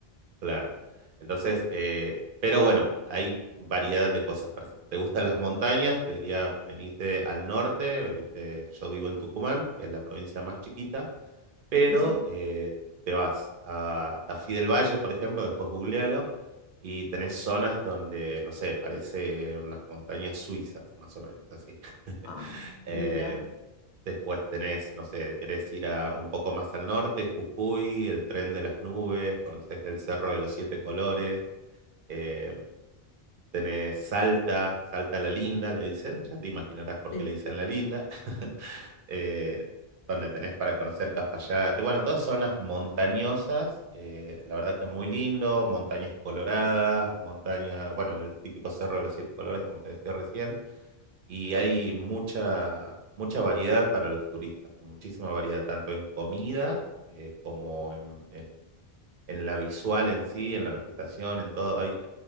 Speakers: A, on the right; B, on the left.
A: claro. Entonces, eh, pero bueno, hay variedad de cosas para hacer. ¿Te gustan las montañas? Te diría, venite al norte, venite, yo vivo en Tucumán, que es la provincia más chiquita pero
B: Sí.
A: eh, te vas a Tafí del Valle, por ejemplo, después googlealo, y tenés zonas donde, no sé, parece unas montañas suizas, más o menos así. <laughs>
B: Ah,
A: Eh,
B: mira.
A: después tenés, no sé, querés ir a, un poco más al norte, Jujuy, el tren de las nubes, conocés el Cerro de los Siete Colores. eh, tenés Salta, Salta la Linda, le dicen, ya te imaginarás por
B: sí.
A: qué le dicen la Linda. <laughs> eh, donde tenés para conocer Cafayate. Bueno, todas zonas montañosas, eh, la verdad que es muy lindo, montañas coloradas, montaña, bueno, el típico cerro de los siete colores, como te decía recién, y hay mucha, mucha variedad para los turistas, muchísima variedad, tanto en comidas eh, como en, en, en la visual en sí, en la vegetación, en todo, hay,